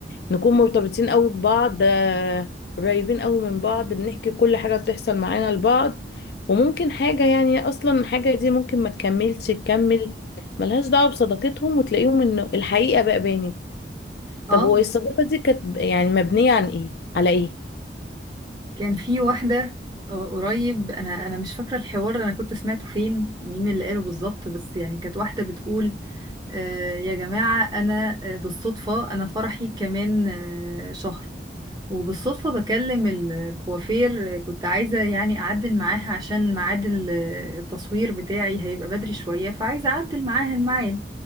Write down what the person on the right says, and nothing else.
اه
كان في واحدة قريب انا انا مش فاكرة الحوار انا كنت سمعته فين مين اللي قاله بالظبط بس يعني كانت واحدة بتقول آه، يا جماعة أنا آه، بالصدفة أنا فرحي كمان آه، شهر وبالصدفة بكلم الكوافير آه، كنت عايزة يعني أعدل معاها عشان ميعاد ال- آه، التصوير بتاعي هيبقى بدري شوية فعايزة أعدل معاها الميعاد